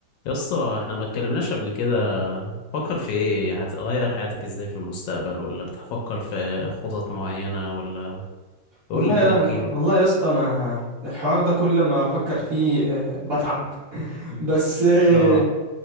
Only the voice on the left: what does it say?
يا اسطى احنا ما اتكلمناش قبل كده فكر في ايه هتغير حياتك ازاي في المستقبل ولا بتفكر في خطط معينة ولا قول
لي كده
احكي
لي
اه